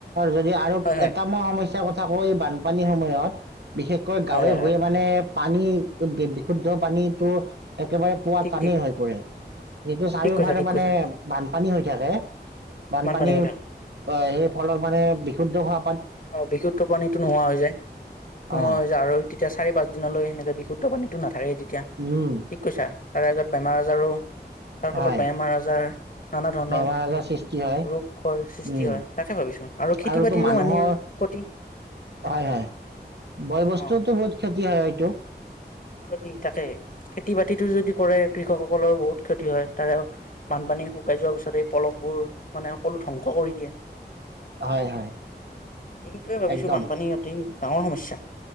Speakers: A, on the right; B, on the left.
A: যদি আৰু
B: হয় হয়
A: এটা মই সমস্যা। ইচ্ছ কথা কওঁ এই বানপানী সময়ত। বিশেষকৈ গাঁৱে
B: হয় হয়
A: ভূঞে
B: হয়
A: মানে। পানী বিশুদ্ধ পানীটো। একেবাৰে পোৱা
B: ঠিক
A: টানি
B: ঠিক
A: হৈ পৰে। যিটো চাৰিওফালে
B: ঠিক কৈছা ঠিক
A: মানে।
B: কৈছা
A: পানী হৈ থাকে। বানপানীৰ
B: বানপানী হৈ থাকে
A: সেই ফলত মানে বিশুদ্ধ হোৱা।
B: অ বিশুদ্ধ পানীতো নোহোৱা হৈ যায়, নোহোৱা
A: অ
B: হৈ যায় আৰু তেতিয়া চাৰি পাঁচ, দিনলৈ সেনেকে বিশুদ্ধ পানীতো নাথাকেই। তেতিয়া
A: উম
B: ঠিক কৈছা। তাৰে আগত বেমাৰ আজাৰো। তাৰ ফলত
A: হয়
B: বেমাৰ আজাৰ নানা ধৰণৰ
A: বেমাৰ আজাৰ সৃষ্টি হয়
B: ৰোগ হয়, সৃষ্টি
A: উম
B: হয় তাকে ভাবিছো আৰু খেতি
A: আৰুতো
B: বাতিৰো
A: মানুহৰ
B: মানিৰ। ক্ষতি
A: হয় হয় বয় বস্তুওটো
B: অ',
A: বহুত ক্ষতি। কি হয় এইটো।
B: ক্ষতি থাকে। খেতি বাতিতো যদি কৰে কৃষকসকলৰ বহুত ক্ষতি হয় তাৰে বানপানী শুকাই যোৱাৰ পিছত এই পলকবোৰ মানে সকলো ধ্বংস কৰি দিয়ে।
A: হয় হয়
B: সেইটোৱে ভাবিছো
A: একদম
B: বানপানী সিহঁতি। ডাঙৰ সমস্যা